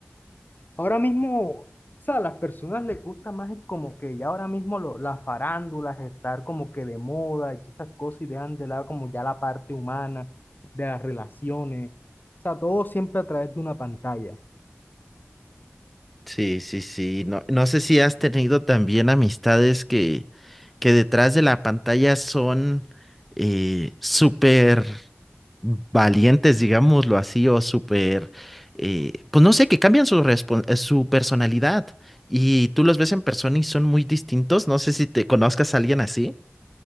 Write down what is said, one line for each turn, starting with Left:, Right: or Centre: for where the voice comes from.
Left: Ahora mismo, o sea, a las personas les gusta más el como que ya ahora mismo lo- las farándulas, estar como que de moda y todas esas cosas y dejan de lado como ya la parte humana de las relaciones. O sea, todo siempre a través de una pantalla.
Centre: Sí, sí, sí. No, no sé si has tenido también amistades que, que detrás de la pantalla son eh, súper valientes, digámoslo así, o súper, eh, pues no sé, que cambian su, respon- eh, su personalidad y tú los ves en persona y son muy distintos. No sé si te conozcas a alguien así.